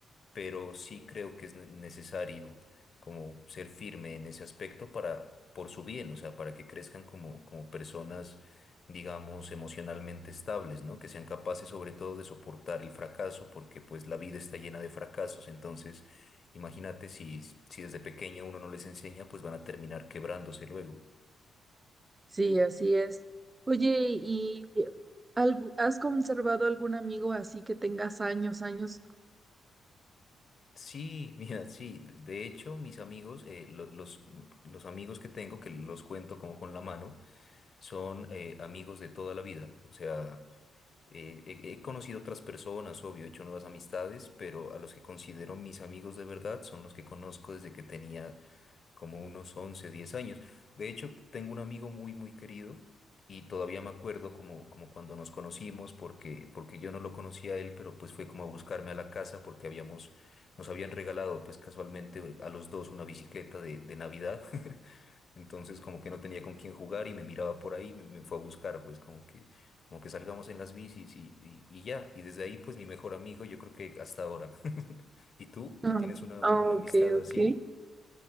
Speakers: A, on the left; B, on the right.
A: pero sí creo que es ne- necesario como ser firme en ese aspecto para, por su bien, o sea, para que crezcan como, como personas, digamos, emocionalmente estables, ¿no? Que sean capaces sobre todo de soportar el fracaso, porque pues la vida está llena de fracasos, entonces... Imagínate si, si desde pequeño uno no les enseña, pues van a terminar quebrándose luego.
B: Sí, así es. Oye, ¿y algu- has conservado algún amigo así que tengas años, años?
A: Sí, mira, sí. De hecho, mis amigos, eh, lo- los, los amigos que tengo, que los cuento como con la mano, son eh, amigos de toda la vida. O sea, eh, he, he conocido otras personas, obvio, he hecho nuevas amistades, pero a los que considero mis amigos de verdad son los que conozco desde que tenía como unos 11, 10 años. De hecho, tengo un amigo muy, muy querido y todavía me acuerdo como, como cuando nos conocimos, porque, porque yo no lo conocía a él, pero pues fue como a buscarme a la casa porque habíamos, nos habían regalado pues casualmente a los dos una bicicleta de, de Navidad entonces como que no tenía con quién jugar y me miraba por ahí, me, me fue a buscar, pues como que, como que salgamos en las bicis y, y- y ya. Y desde ahí pues mi mejor amigo yo creo que hasta ahora. <laughs> ¿Y tú?
B: Ah,
A: ¿Tú tienes una,
B: ah,
A: un- una
B: ok,
A: amistad así?
B: ok.